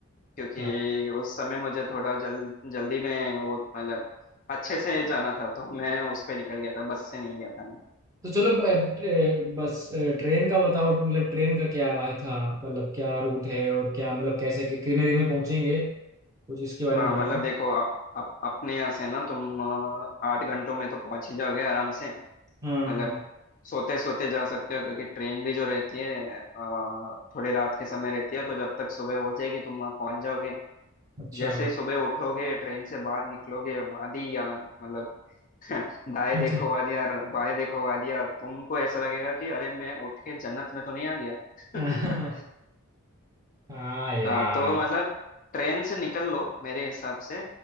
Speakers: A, on the left; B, on the right.
A: क्योंकि
B: है
A: उस समय मुझे थोड़ा जल जल्दी में वो मतलब अच्छे से जाना था तो मैं उस पे निकल गया था बस से नहीं गया था मैं
B: तो चलो ब- ट्रे- बस अ, ट्रेन का बताओ मतलब ट्रेन का क्या है था मतलब क्या रूट है और क्या मतलब कैसे कि- कितने दिन में पहुंचेंगे कुछ इसके बारे
A: हाँ
B: में बताओ
A: मतलब देखो आप अप, अपने यहाँ से ना तुम अ, आठ घंटों में तो पहुंच ही जाओगे आराम से
B: हाँ
A: मतलब
B: हाँ
A: सोते सोते जा सकते हो क्योंकि ट्रेन भी जो रहती है अ, थोड़ी रात के समय रहती है तो जब तक सुबह हो जाएगी तुम वहां पहुंच जाओगे
B: अच्छा
A: जैसे ही सुबह उठोगे ट्रेन से बाहर निकलोगे वादी या मतलब <laughs> दाएं
B: अच्छा
A: देखो वादियां बाएं देखो वादियां तुमको ऐसा लगेगा कि अरे मैं उठ के जन्नत में तो नहीं आ गया
B: <laughs>
A: <laughs>
B: हाँ यार
A: हाँ तो मतलब ट्रेन से निकल लो मेरे हिसाब से